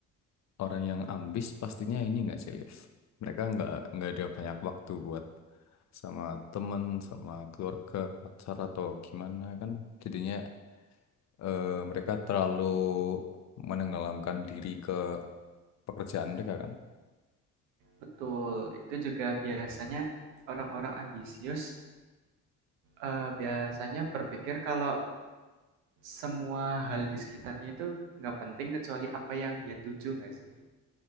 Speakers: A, on the left; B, on the right.
A: orang yang ambis pastinya ini nggak sih, Liv? Mereka nggak nggak ada banyak waktu buat sama temen, sama keluarga, pacar atau gimana kan. Jadinya eh, mereka terlalu menenggelamkan diri ke pekerjaan mereka kan.
B: Betul, itu juga biasanya orang-orang ambisius eh, biasanya berpikir kalau semua hal di sekitarnya itu nggak penting kecuali apa yang dia tuju nggak sih?